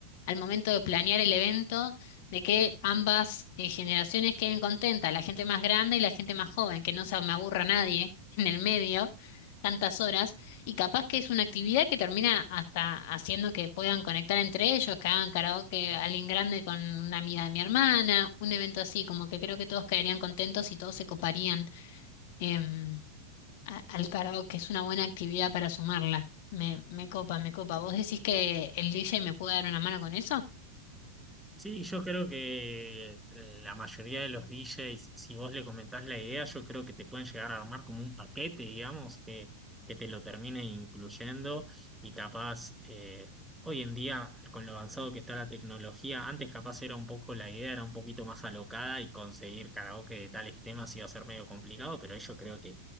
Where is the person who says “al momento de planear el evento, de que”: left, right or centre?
Left